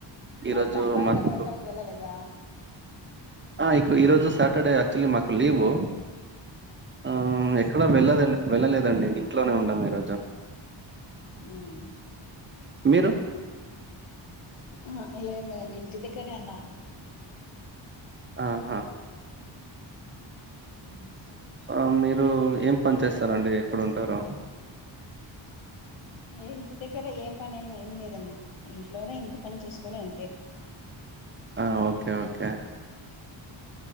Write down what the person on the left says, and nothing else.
ఓ పండగ
కద ఎక్కడికి వెళ్ళలేదా
ఉమ్
అహ ఏం లేదండి ఇంటి దగ్గరే అన్న
హమ్
ఏ ఇంటి దగ్గరే ఏం పని ఏం ఏం లేదన్న ఇంట్లోనే ఇంటి పని చూస్కొనే అంతే